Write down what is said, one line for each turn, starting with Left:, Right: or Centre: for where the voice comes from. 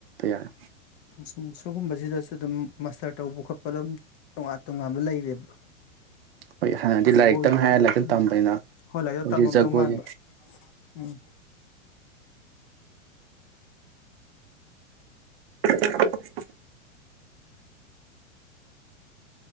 Right: ꯌꯥꯔꯦ
Left: ꯁꯨꯝ ꯁꯤꯒꯨꯝꯕꯁꯤꯗꯁꯨ ꯗꯨꯝ ꯃꯁꯇꯔ ꯇꯧꯕ ꯈꯣꯠꯄ ꯗꯨꯝ ꯇꯣꯉꯥꯟ ꯇꯣꯉꯥꯟꯕ ꯂꯩꯔꯦꯕ
Right: ꯍꯣꯏ ꯍꯥꯟꯅꯗꯤ
Left: ꯖꯒꯣꯏꯒꯤꯗꯖꯨ
Right: ꯂꯥꯏꯔꯤꯛꯇꯪ ꯍꯥꯏꯔ ꯂꯥꯏꯔꯤꯛꯇꯪ
Left: ꯎꯝ
Right: ꯇꯝꯕꯅꯤꯅ
Left: ꯍꯣꯏ
Right: ꯍꯧꯖꯤꯛ
Left: <unintelligible> ꯇꯝꯃꯝꯗꯧ
Right: ꯖꯒꯣꯏ
Left: ꯃꯥꯟꯕ ꯎꯝ
Right: <inaudible>